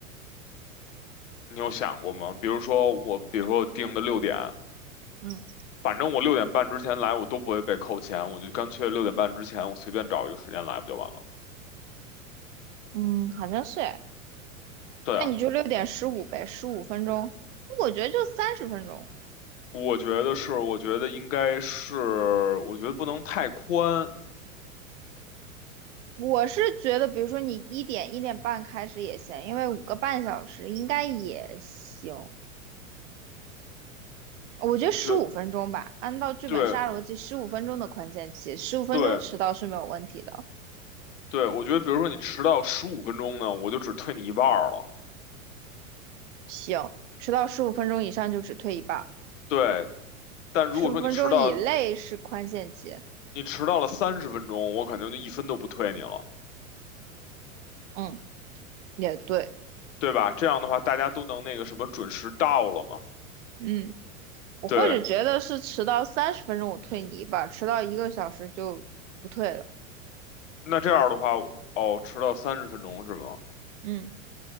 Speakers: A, on the left (about 60°); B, on the right (about 60°).
A: 你有想过吗？比如说我，比如说我定的六点，
B: 嗯
A: 反正我六点半之前来，我都不会被扣钱，我就干脆六点半之前，我随便找一个时间来不就完了？
B: 嗯，好像是哎，
A: 对啊，
B: 那你就六点十五呗，十五分钟，我觉得就三十分钟。
A: 我觉得是，我觉得应该是，我觉得不能太宽，
B: 我是觉得，比如说你一点一点半开始也行，因为五个半小时应该也行。我觉得十五分钟吧，
A: 我觉得
B: 按照剧本杀逻辑，
A: 对。
B: 十五分钟的宽限期，十五分钟迟到是没有问题的。
A: 对，对，我觉得比如说你迟到十五分钟呢，我就只退你一半儿了。
B: 行，迟到十五分钟以上就只退一半儿，
A: 对，但如果说你迟到，
B: 十五分钟以内是宽限期。
A: 你迟到了三十分钟，我肯定就一分都不退你了，
B: 嗯，也对。
A: 对吧？这样的话，大家都能那个什么准时到了嘛。
B: 嗯，我或者觉得是迟到三十分钟我退你一半儿，
A: 对，
B: 迟到一个小时就不退了。
A: 那这样的话，哦，迟到三十分钟是吗？
B: 嗯，